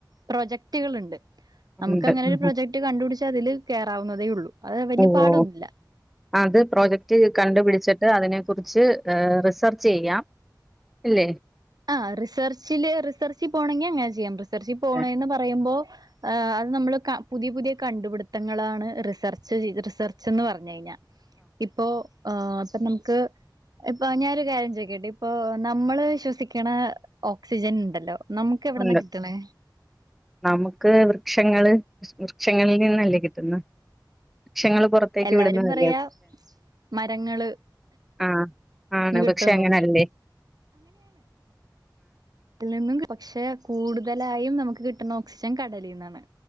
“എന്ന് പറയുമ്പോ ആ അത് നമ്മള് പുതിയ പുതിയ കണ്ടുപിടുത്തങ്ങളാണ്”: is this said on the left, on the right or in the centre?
Right